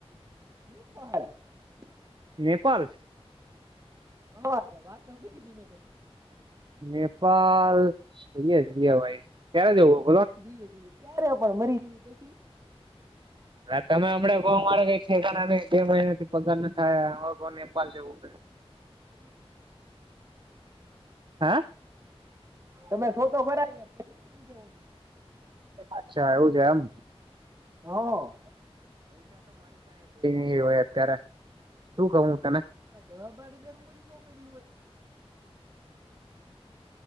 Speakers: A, on the right; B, on the right.
A: <inaudible>
B: નેપાલ
A: હા વાત તો કરી હતી મેં તને
B: નેપાલ અહીંયા અયા ભાઈ ક્યારે જવો
A: જી જી ક્યારે પણ મરી જેવી <inaudible>
B: તમે હમણા મારે કઈક ઠેકાણા નહીં બે મહિના થી પગાર ના થાય હવ નેપાલ જવું હૈ હા
A: તમે શો તો કરાય યાર પછી શું ઉજવવાનું
B: અચ્છા એવુ છે એમ
A: હા
B: એ હોય અત્યારે શું કહું તને
A: દવા બાારને રું પડી ન પડી હોય